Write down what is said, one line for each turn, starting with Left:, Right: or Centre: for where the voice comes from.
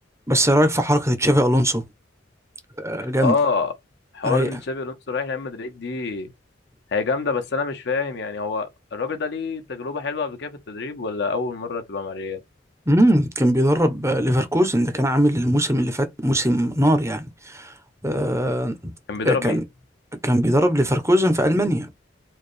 Right: بس إيه رايك في حركه تشافي الونسو آه، جامده
Left: اه حوار
Right: رايقه
Left: ان تشابي الونسو رايح ريال مدريد دي هي جامده بس انا مش فاهم يعني هو الراجل ده ليه تجربه حلوه قبل كده في التدريب ولا اول مره تبقى مع ريال
Right: امم كان بيدرب آه، ليفركوزن ده كان عامل الموسم اللي فات موسم نار يعني آه
Left: كان بيدرب
Right: كان
Left: مين
Right: كان بيدرب ليفركوزن في المانيا